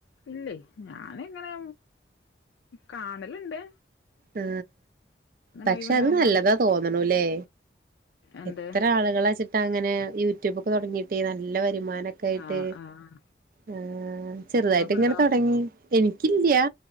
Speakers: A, on the left; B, on the right.
A: ഇല്ലേ ഞാനങ്ങനെ കാണലിണ്ട്
B: ആ പക്ഷെ
A: ഒഴിവുണ്ടാകുമ്പോ
B: അത് നല്ലതാ തോന്നണൂല്ലേ
A: എന്ത്
B: എത്ര ആളുകളാ വെച്ചിട്ട് അങ്ങനെ യൂട്യൂബൊക്കെ തൊടങ്ങീട്ട് നല്ല വരുമാനൊ യിട്ട്
A: ആഹ് ആഹ്
B: ആ ചെറുതായിട്ട്
A: ഇങ്ങക്കുണ്ടോ
B: ഇങ്ങനെ തൊടങ്ങി എനിക്കില്ലാ